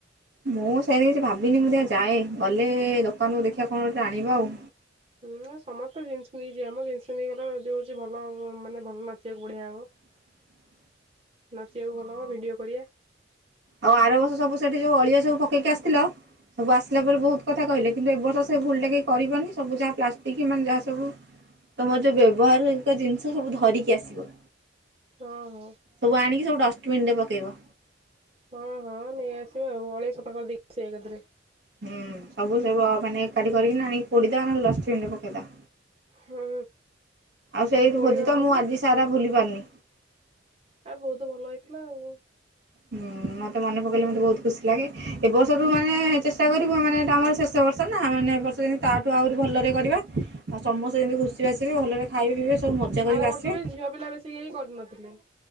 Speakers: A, on the right (about 65°); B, on the right (about 30°).
A: ମୁଁ ସେମିତି କିଛି ଭାବିନି ମୁଁ ଦେଖିଆ ଯାଏଁ ଗଲେ ଦୋକାନକୁୁ ଦେଖିବା କଣ ଗୋଟେ ଆଣିବା ଆଉ।
B: ହୁଁ ସମସ୍ତେ ଜିନ୍ଷ ପିନ୍ଧିକି ଯିବେ। ମୁଁ ଜିନ୍ଷ ପିନ୍ଧିକି‌ ଗଲେ ଯୋଉ ହଉଚି ଭଲ ମାନେ ଭଲ ନାଚିବାକୁ ବଢିଆ ହବ।
A: <inaudible>
B: ନାଚିବାକୁ
A: ହଁ
B: ଭଲ ହବ ଭିଡିଓ କରିଆବା।
A: ଆଉ ଆର ବର୍ଷ ସବୁ ସେଠି ଯୋଉଁ ଅଳିଆ ସବୁ ପକେଇକି ଆସିଥିଲ। ମୁଁ ଆସିଲା ପରେ ବହୁତ କଥା କହିଲେ କିନ୍ତୁ ଏବର୍ଷ ସେ ଭୁଲଟା କେଇ କରିବନି ସବୁ ଯାହା ପ୍ଲାଷ୍ଟିକ ମାନେ ଯାହା ସବୁ ତମର ଯୋଉଁ ବ୍ୟବହାର ହରିକା ଜିନିଷ ସବୁ ଧରିକି ଆସିବ।
B: ହଁ ହଁ।
A: ସବୁ ଆଣିକି ସବୁ ଡଷ୍ଟପିନ ରେ ପକେଇବ।
B: ହଁ ହଁ ନେଇ ଆସିବା ଆଉ ଅଳିଆ ସଫା କରି ଦେଇ ସେଇ ଏକାଥରେ।
A: ହୁଁ ସବୁ ସେ ବ ମାନେ ଏକାଠିଁ କରିକିନା ଆଣିକି ପୋଡିଦେବା ନ ହେଲେ ଡଷ୍ଟପିନ ରେ ପକେଇଦବା।
B: ହୁଁ
A: ଆଉ ସେଇ
B: ପୋଡିଦବ
A: ଭୋଜି ତ ମୁଁ
B: ମ।
A: ଆଜି ସାରା ଭୁଲି ପାରୁନି।
B: ଆ ବହୁତ ଭଲ ହେଇଥିଲା ଆଉ।
A: ହଁ ମତେ ମନେ ପକେଇଲେ ମୋତେ ବହୁତ ଖୁସି ଲାଗେ। ଏବର୍ଷ ତ ଯୋଉଁ ମାନେ ଚେଷ୍ଟା କରିବୁ ମାନେ ତା ମାନେ ଶେଷ ବର୍ଷ ସରିଲା ମାନେ ଏ ବର୍ଷ ଯାଇ ତାଠୁଁ ଆହୁରି ଭଲରେ କରିବା ଆଉ ସମସ୍ତେ ଯେମିତି ଖୁସିରେ ଆସିବେ ଭଲରେ ଖାଇବେ ପିଇବେ ସବୁ ମଜା କରିକି
B: ଆର ବର୍ଷ
A: ଆସିବେ।
B: ବି ଝିଅ ପିଲା ବେଶ୍ ସିଏ ହିଁ କରୁ ନଥିଲେ?